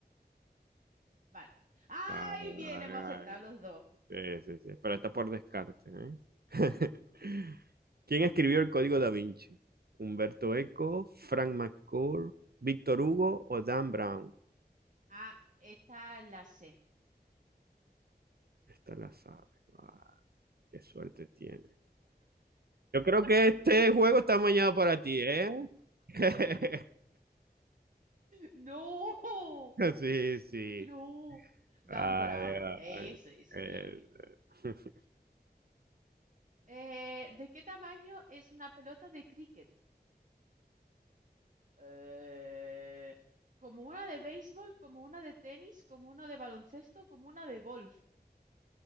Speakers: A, on the right; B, on the right.
A: Vale. ¡Ay,
B: Vale,
A: bien,
B: vale,
A: hemos
B: vale.
A: aceptado los dos!
B: Sí, sí, sí, pero está por descarte, ¿eh? <laughs> ¿Quién escribió el Código da Vinci? ¿Humberto Eco, Frank McCourt, Víctor Hugo o Dan Brown?
A: Ah, esta la sé.
B: Esta la sabes. Ah, qué suerte tiene. Yo creo que este juego está mañado para ti, ¿eh? <laughs>
A: ¡No!
B: Sí, sí.
A: ¡Que no! Dan
B: Vale,
A: Brown.
B: vale.
A: Eso, eso,
B: Eh,
A: bien, bien.
B: <laughs>
A: Eh, ¿de qué tamaño es una pelota de cricket? Eh, como una de béisbol, como una de tenis, como una de baloncesto, como una de golf.